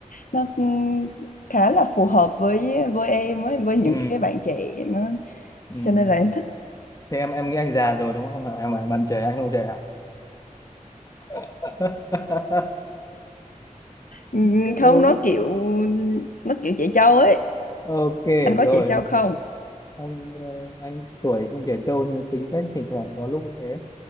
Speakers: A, on the left (about 75°); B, on the left (about 25°).
A: nó um, khá là phù hợp với với em với với những
B: ừ
A: cái bạn trẻ nó
B: ừ
A: cho nên là em thích
B: thế em em nghĩ anh già rồi đúng không em bạn bạn trẻ anh không trẻ à <laughs>
A: Ừm,
B: ừ.
A: không nó kiểu nó kiểu trẻ trâu ấy
B: ok
A: anh có
B: rồi
A: trẻ trâu không
B: anh ờ, anh tuổi không trẻ trâu nhưng tính cách thỉnh thoảng có lúc thế